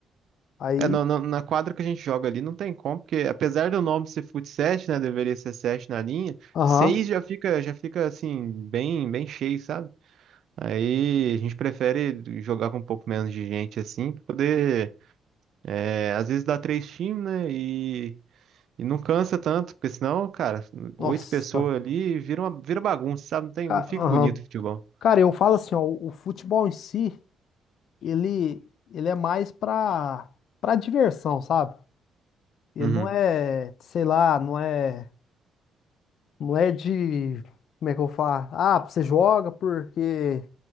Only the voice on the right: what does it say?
É, no- no- na quadra que a gente joga ali não tem como, porque apesar do nome ser fut7, né, deveria ser 7 na linha,
seis já fica, já fica assim, bem, bem cheio, sabe? Aí a gente prefere jogar com um pouco menos de gente assim, pra poder, é, às vezes dá três times, né, e E não cansa tanto, porque senão, cara,
oito pessoas ali vira uma, vira bagunça, sabe? Não tem,
não fica
bonito o futebol.
Uhum.